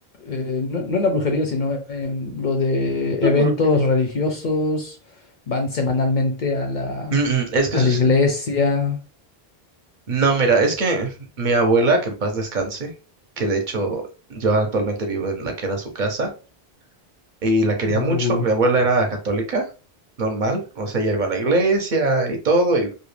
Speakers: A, on the left; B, on the right.
A: eh, no, no en la brujería, sino en lo de
B: Claro,
A: eventos
B: Eugenio.
A: religiosos? ¿Van semanalmente a la,
B: Mm, mm, es que
A: a
B: eso
A: la
B: es
A: iglesia?
B: No, mira, es que mi abuela, que en paz descanse, que de hecho yo actualmente vivo en la que era su casa y la quería
A: Uy,
B: mucho. Mi abuela era católica, normal, o sea, ella iba a la iglesia y todo, y